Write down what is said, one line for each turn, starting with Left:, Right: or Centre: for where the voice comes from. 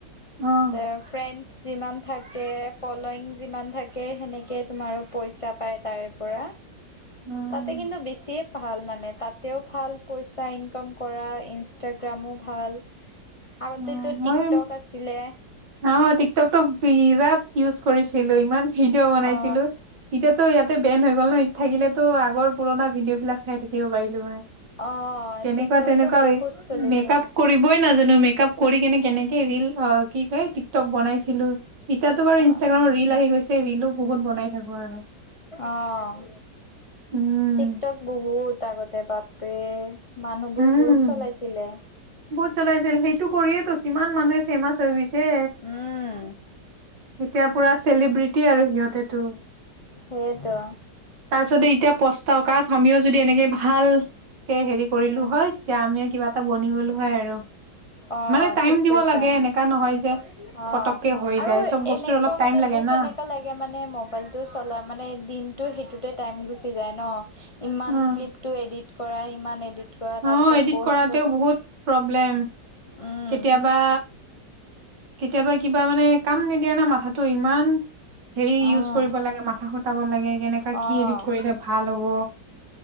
Right: অ',
Left: তে ফ্ৰেন্স যিমান থাকে, ফলয়িং যিমান থাকে, সেনেকেই তোমাৰো পইচা পায় তাৰে পৰা।
Right: অ',
Left: তাতে কিন্তু বেছিয়ে ভাল মানে, তাতেঁও ভাল পইচা ইনকাম কৰা ইনষ্টাগ্ৰামো ভাল। আগতেতো
Right: অ',
Left: টিকটক
Right: মই
Left: আছিলে।
Right: অ', টিকটক টো বিৰাট ভিউজ কৰিছিলো, ইমান ভিডিঅ' বনাইছিলো।
Left: অ
Right: এতিয়াতো ইয়াতে বেন হৈ গ'ল নহয়, থাকিলেতো আগৰ পুৰণা ভিডিঅ' বিলাক চাই থাকিব পাৰিলো হয়।
Left: অ
Right: যেনেকুৱা
Left: টিকটকটো
Right: তেনেকুৱা,
Left: বহুত
Right: এই
Left: চলিছিল
Right: মেকাপ কৰিবই নাজানো, মেক আপ কৰি কেনে কেনেকে ৰিল অ' কি কয় টিকটক বনাইছিলো ইয়াতো বাৰু
Left: অ',
Right: ইনষ্টাগ্ৰামত ৰিল আহি গৈছে, ৰিলো বহুত বনাই থাকো আৰু।
Left: অ',
Right: উম
Left: টিকটক বহুত আগতে বাপৰে, মানুহবোৰ
Right: উম
Left: বহুত চলাইছিলে।
Right: বহুত চলাইছিল, সেইটো কৰিয়েতো কিমান মানুহে ফেমাচ হৈ গৈছে।
Left: উম,
Right: এতিয়া পুৰা চেলিব্ৰিটি আৰু সিহঁতেটো।
Left: সেয়েটো।
Right: তাৰপিছতে এতিয়া পস্তাওঁ, কাচ আমিও যদি এনেকে ভাল কে হেৰি কৰিলো
Left: উম।
Right: হয়, তেতিয়া আমিও কিবা এটা বনি গ'লো হয় আৰু।
Left: অ',
Right: মানে টাইম
Left: ঠিক
Right: দিব
Left: কৈছা,
Right: লাগে এনেকা
Left: আহ,
Right: নহয় যে পতককে হৈ
Left: আৰু
Right: যায় চব বস্তুৰ
Left: এনেকুৱা
Right: অলপ টাইম
Left: মানে
Right: লাগে
Left: মোক
Right: না
Left: এনে লাগে মানে মোক দিনটো চলাই মানে, দিনটো সেইটোতে টাইম গুছি যায় ন, ইমান
Right: উম
Left: ক্লিপটো এদিট কৰা ইমান এডিট কৰা তাৰপিছত
Right: অ', এডিট
Left: প'ষ্ট
Right: কৰাতোঁ বহুত প্ৰব্লেম,
Left: উম,
Right: কেতিয়াবা কেতিয়াবা কিবা মানে কাম নিদিয়া না মাথাটো ইমান, হেৰি
Left: উম,
Right: ইউজ কৰিব লাগে মাথা খটাব লাগে, কেনেকা কি
Left: অ'।
Right: এডিট কৰিলে ভাল হ'ব।